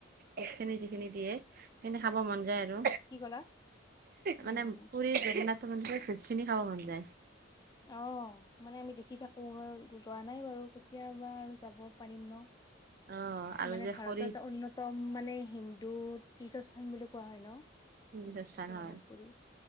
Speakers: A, on the right; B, on the left.
A: ভোক খিনি যিখিনি দিয়ে, সেইখিনি খাব মন যায় আৰু
B: কি ক'লা? উম
A: মানে পুৰী জগন্নাথ <unintelligible> ভোগ খাব মন যায়।
B: অ', মানে আমি দেখি থাকো যোৱা নাই বাৰু কেতিয়াবা আৰু যাব পাৰিম ন।
A: অ আৰু
B: মানে
A: যে
B: ভাৰতৰ
A: খৰি
B: এটা অন্যতম মানে হিন্দু তীৰ্থস্থান বুলি কোৱা হয় ন?
A: <unintelligible>
B: জগন্নাথ
A: হয়।
B: পুৰী